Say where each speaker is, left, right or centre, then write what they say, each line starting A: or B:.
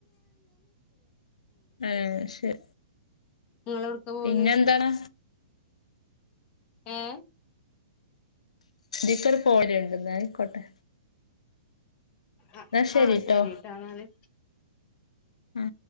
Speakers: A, on the left; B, on the left.
A: ആഹ ശരി
B: നിങ്ങള എവിടക്ക പോല
A: പിന്നെന്താണ്
B: ആഏ
A: ിക്കർ പോലുണ്ട്െന്നായിക്കോട്ടെ
B: ആ
A: ശരിട്ടോ
B: ആഹ് ശരിട്ടാ എന്നാല്.
A: ഉം